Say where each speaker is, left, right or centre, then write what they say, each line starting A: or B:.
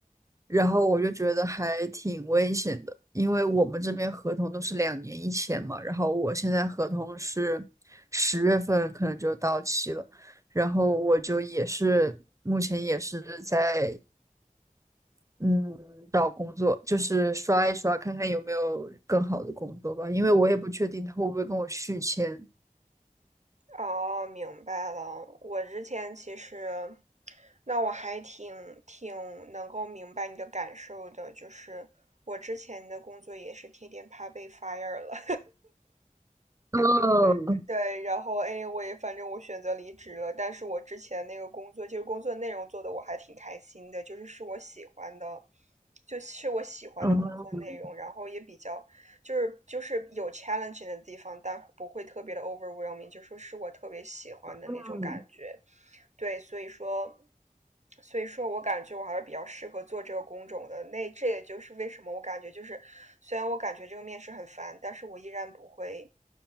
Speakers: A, on the right; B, on the right.
A: 然后我就觉得还挺危险的，因为我们这边合同都是两年一签嘛，然后我现在合同是十月份可能就到期了，然后我就也是目前也是在。嗯，找工作就是刷一刷，看看有没有更好的工作吧，因为我也不确定他会不会跟我续签。
B: 哦，明白了。我之前其实，那我还挺挺能够明白你的感受的，就是我之前的工作也是天天怕被 fire 了，
A: 嗯
B: <laughs> 对，然后哎，我也反正我选择离职了，但是我之前那个工作，就是工作内容做的我还挺开心的，就是是我喜欢的，就是我喜欢的工作内容，
A: 嗯，
B: 然后也比较就是就是有 challenge 的地方，但不会特别的 overwhelming，就说是我特别喜欢的那种感觉。
A: 嗯，
B: 对，所以说，所以说我感觉我还是比较适合做这个工种的。那这也就是为什么我感觉就是，虽然我感觉这个面试很烦，但是我依然不会，